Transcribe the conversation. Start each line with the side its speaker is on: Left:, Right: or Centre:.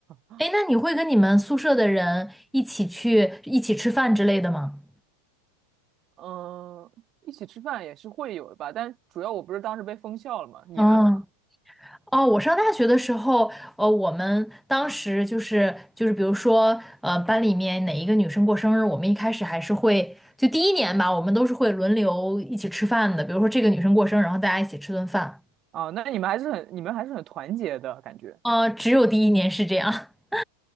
Right: <laughs>
Centre: 哎，那你会跟你们宿舍的人一起去一起吃饭之类的吗？
Right: 嗯，一起吃饭也是会有的吧，但主要我不是当时被封校了嘛，你呢？
Centre: 嗯。哦，我上大学的时候，呃，我们当时就是就是，比如说，呃，班里面哪一个女生过生日，我们一开始还是会，就第一年吧，我们都是会轮流一起吃饭的。比如说这个女生过生日，然后大家一起吃顿饭。
Right: 啊，那你们还是很你们还是很团结的感觉。
Centre: 呃，只有第一年是这样。<laughs>